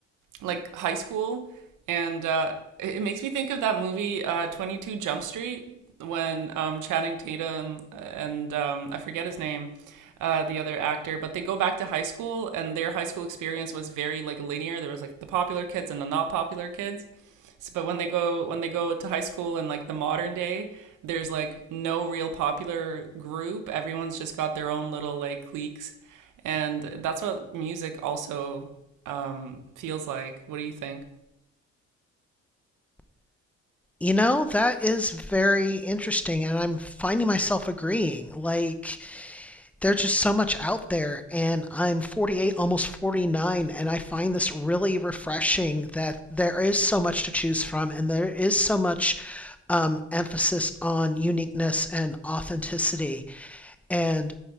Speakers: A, on the right; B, in the centre.
A: like high school, and uh, it makes me think of that movie uh, Twenty Two Jump Street when um, Channing Tatum and um, I forget his name. Uh, the other actor, but they go back to high school, and their high school experience was very like linear. There was like the popular kids and the not popular kids, so, but when they go when they go to high school in like the modern day, there's like no real popular group. Everyone's just got their own little like cliques, and that's what music also um, feels like. What do you think?
B: You know, that is very interesting, and I'm finding myself agreeing. Like, there's just so much out there, and I'm 48, almost 49, and I find this really refreshing that there is so much to choose from, and there is so much um, emphasis on uniqueness and authenticity. And